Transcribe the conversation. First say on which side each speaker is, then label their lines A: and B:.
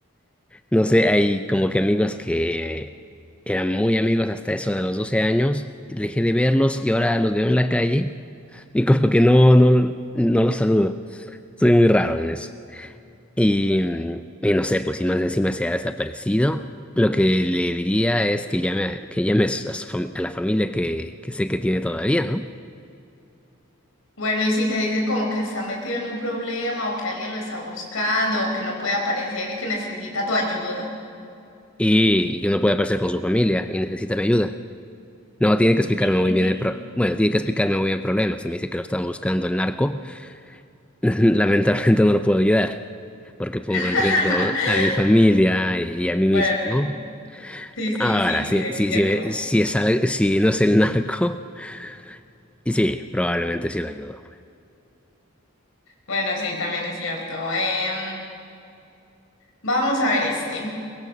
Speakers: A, in the centre; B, on the left.
A: No sé, hay como que amigos que eran muy amigos hasta eso de los 12 años, dejé de verlos y ahora los veo en la calle. y como que no, no, no los saludo. Soy muy raro en eso. Y, mm, y no sé, pues si más encima se ha desaparecido, lo que le diría es que llame, a- que llame a, su- a su fam- a la familia que, que sé que tiene todavía, ¿no?
B: Bueno, y si te dice como que está metido en un problema o que alguien lo está buscando o que no puede aparecer y que necesita tu ayuda.
A: Y que no puede aparecer con su familia y necesita mi ayuda. No, tiene que explicarme
B: En
A: muy bien
B: fin.
A: el pro- bueno, tiene que explicarme muy bien el problema. Si me dice que lo están buscando el narco, <laughs> lamentablemente no lo puedo ayudar, porque pongo
B: <laughs>
A: en riesgo a mi familia y a mí
B: Bueno,
A: mismo,
B: sí,
A: ¿no?
B: sí, sí,
A: Ahora,
B: sí,
A: si,
B: también
A: si,
B: es cierto.
A: si, me- si es al- si no es el narco, <laughs> y sí, probablemente sí lo ayudo.
B: Bueno, sí, también es cierto. Em, vamos a ver este.